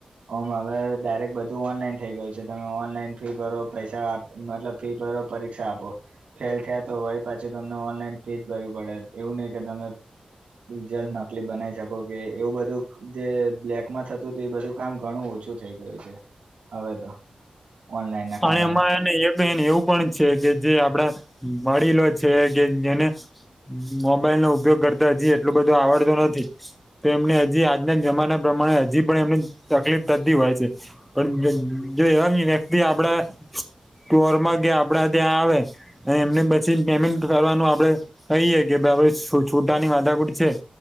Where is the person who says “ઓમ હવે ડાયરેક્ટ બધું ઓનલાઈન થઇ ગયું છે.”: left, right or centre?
Right